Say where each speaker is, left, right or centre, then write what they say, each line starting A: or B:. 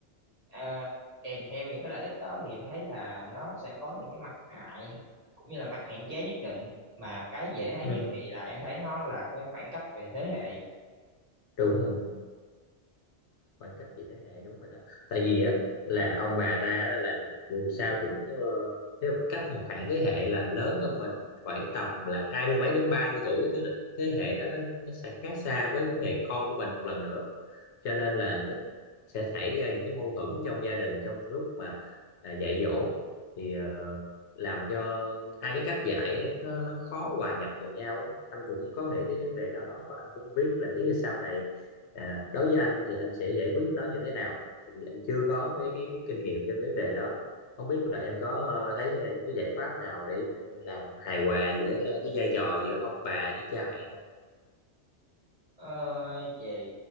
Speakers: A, on the right; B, on the left.
A: à, kèm theo những cái lợi ích đó thì em thấy là nó sẽ có những cái mặt hại cũng như là mặt hạn chế nhất định mà cái dễ thấy
B: ừ
A: nhất thì là em thấy nó là cái khoảng cách về thế hệ
B: đúng rồi khoảng cách về thế hệ đúng rồi đó tại vì á là ông bà ta á, là dù sao cũng ờ, nếu cách một khoảng thế hệ là lớn hơn mình khoảng tầm là hai mươi mấy đến ba mươi tuổi tức là thế hệ đó nó nó sẽ khác xa với thế hệ con của mình một lần nữa cho nên là nó sẽ xảy ra những cái mâu thuẫn trong gia đình trong lúc mà à, dạy dỗ thì ờ, làm cho hai cái cách dạy ấy, nó nó khó hòa nhập vào nhau á. anh cũng có nghĩ tới vấn đề đó và anh cũng không biết là nếu như sau này à, đối với anh thì anh sẽ giải quyết nó như thế nào tại vì anh chưa có cái cái, cái kinh nghiệm trong vấn đề đó không biết là em có ờ, thấy ờ, cái giải pháp nào để ờ, làm hài hòa giữa ờ, cái vai trò giữa ông bà với cha mẹ không
A: ờ, về